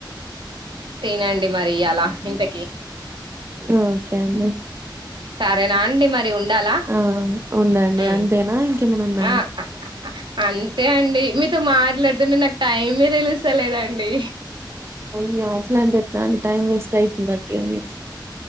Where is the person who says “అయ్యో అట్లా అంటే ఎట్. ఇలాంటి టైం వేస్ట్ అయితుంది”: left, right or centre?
Right